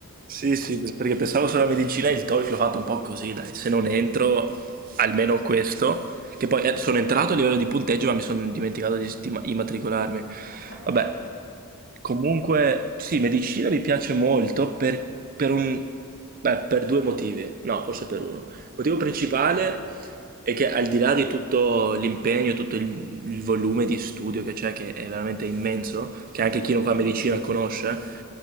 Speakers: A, on the right; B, on the left.
A: Sì, sì, perché pensavo solo alla medicina e il TOEIC l'ho fatto un po' così, dai, se non entro, almeno questo, che poi eh, sono entrato a livello di punteggio, ma mi sono dimenticato di, di immatricolarmi.
B: <laughs>
A: Vabbè.
B: Chiaro.
A: Comunque, sì, medicina mi piace molto per, per un, beh, per due motivi, no, forse per uno. Il motivo principale è che al di là di tutto l'impegno, tutto il, il volume di studio che c'è, che è veramente immenso, che
B: Mhm.
A: anche chi non fa medicina conosce,